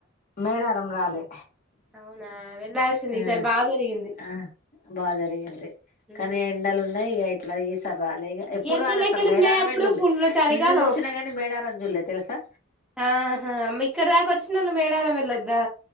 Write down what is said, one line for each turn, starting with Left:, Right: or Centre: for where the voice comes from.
Left: మేడారం రాలే
Centre: అవునా వెళ్లాల్సింది
Left: ఆ
Centre: ఈసారి బాగా జరిగింది
Left: ఆ బాగా జరిగింది
Centre: ఉమ్.
Left: కానీ ఎండాలు ఉన్నాయి ఇట్లా ఇక ఈసారి రాలే ఇక ఎప్పుడు
Centre: ఎండలు
Left: రాలేదు అసలు
Centre: ఎక్కడ
Left: మేడారమే
Centre: ఉన్నాయ అప్పుడు
Left: చూడలే
Centre: ఫుల్లు చలికాలం
Left: ఇన్ని చూసినా కానీ మేడారం చూడలే తెలుసా
Centre: ఆహా ఇక్కడ దాకా వచ్చినళ్ళు మేడారం వెళ్ళొద్దా